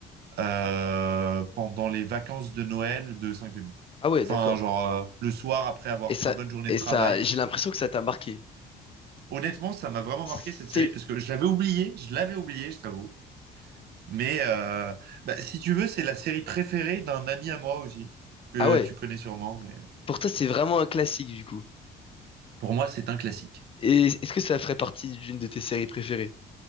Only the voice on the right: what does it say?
euh, pendant les vacances de Noël de cinq demi.
Enfin,
genre euh, le soir après avoir
fait une bonne journée
de travail.
Honnêtement, ça m'a vraiment
marqué cette série parce que je l'avais oublié, je l'avais oublié, je t'avoue. Mais euh, bah, si tu veux, c'est la série préférée d'un ami à moi aussi, que
tu connais sûrement. Mais
pour moi, c'est un classique.